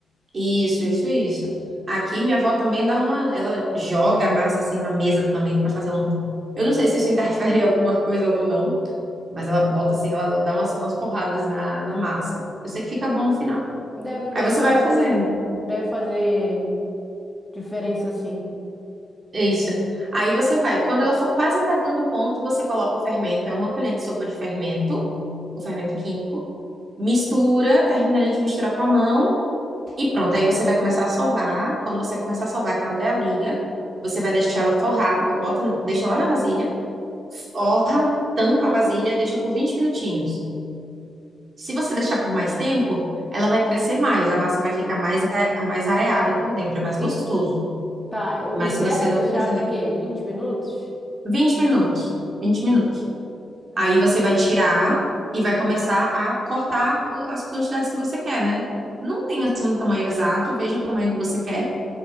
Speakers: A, on the right; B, in the centre.
A: isso, isso, isso. Aqui minha avó também dá uma, ela joga a massa assim na mesa também para fazer um. Eu não sei se isso interfere em alguma coisa ou não, mas ela bota assim, ela, ela dá umas, umas porradas na, na massa. Eu sei que fica bom no final.
B: Deve, deve
A: Aí você
B: fazer,
A: vai fazendo.
B: sim. Deve fazer diferença, sim.
A: É Isso. Aí você vai. Quando ela for quase pegando o ponto, você coloca o fermento. É uma colher de sopa de fermento, o fermento químico. Mistura, termina ali de misturar com a mão e pronto. Aí você vai começar a sovar. Quando você começar a sovar, que ela der a liga, você vai deixar ela forrada, bota, deixa lá na vasilha, forra, tampa a vasilha, deixa por 20 minutinhos. Se você deixar por mais tempo, ela vai crescer mais, a massa vai ficar mais, a- mais areada por dentro, é mais gostoso.
B: E, tá, o,
A: Mas
B: o certo
A: se você
B: é
A: não
B: deixar,
A: quiser,
B: o quê? 20 minutos?
A: 20 minutos. 20 minutos.
B: Tá
A: Aí você vai tirar e vai começar a cortar o- as quantidades que você quer, né? Não tem assim um tamanho exato, veja o tamanho que você quer.